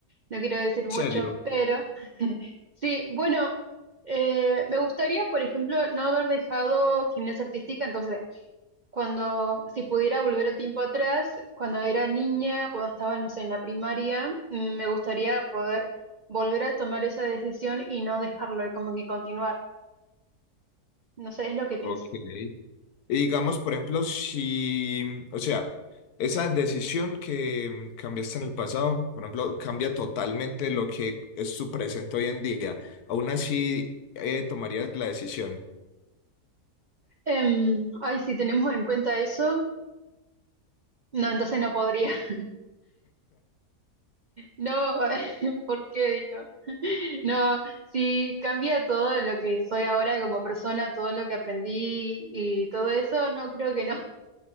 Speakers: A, on the right; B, on the left.
A: No quiero decir mucho,
B: ¿En serio?
A: pero sí, bueno, eh, me gustaría, por ejemplo, no haber dejado gimnasia artística, entonces, cuando, si pudiera volver el tiempo atrás, cuando era niña, cuando estaba, no sé, en la primaria, mm, me gustaría poder volver a tomar esa decisión y no dejarlo, como que continuar. No sé, es lo que pienso.
B: Ok. Y digamos, por ejemplo, si, o sea, esa decisión que cambiaste en el pasado, por ejemplo, cambia totalmente lo que es tu presente hoy en día. Aún así, eh, tomarías la decisión.
A: Em, ay, si tenemos en cuenta eso. No, entonces no podría. <laughs> No, <laughs> ¿por qué? Dijo. <laughs> No, si cambia todo lo que soy ahora como persona, todo lo que aprendí y todo eso, no creo que no.